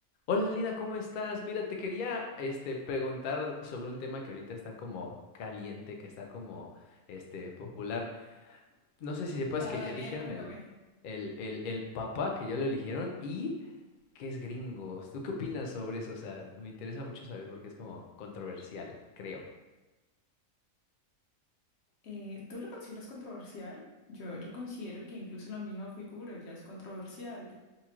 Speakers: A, on the left; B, on the left.
A: Hola Lina, ¿cómo estás? Mira, te quería este preguntar sobre un tema que ahorita está como caliente, que está como este popular. No sé si sepas
B: Claro,
A: que ya
B: Daniel,
A: eligieron
B: cuéntame.
A: el el el el papa, que ya lo eligieron y que es gringos. ¿Tú qué opinas sobre eso? O sea, me interesa mucho saber porque es como controversial, creo.
B: Eh, ¿tú lo consideras controversial? Yo, yo considero que incluso la misma figura ya es controversial.